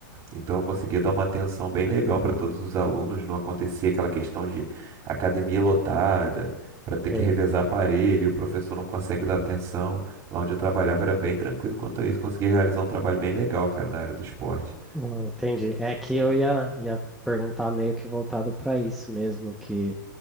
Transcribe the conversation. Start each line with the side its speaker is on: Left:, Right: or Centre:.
Right: Então eu conseguia dar uma atenção bem legal
Centre: Hum,
Right: para todos os alunos, não acontecia aquela questão de academia lotada, para ter
Centre: sei.
Right: que revezar aparelho, e o professor não consegue dar atenção. Lá onde eu trabalhava era bem tranquilo quanto a isso, conseguia realizar um trabalho bem legal, cara, na área do esporte.
Centre: Hum, Entendi. É que eu ia, ia perguntar meio que voltado para isso mesmo, que